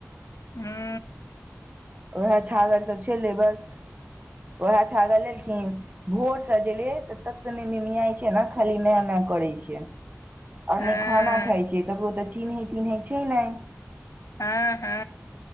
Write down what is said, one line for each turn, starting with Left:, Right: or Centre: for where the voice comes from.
Left: हू।
Right: ओएह छागल सभ छै। बस ओएह छागल लेलखिन भोट सजेले त तब त नेमिया छै ने खाली नया नया करै छै। आओर
Left: हँ
Right: नहि खाना खाइ छै। ककरो तऽ चिन्है तिन्है छै नहि
Left: हँ हा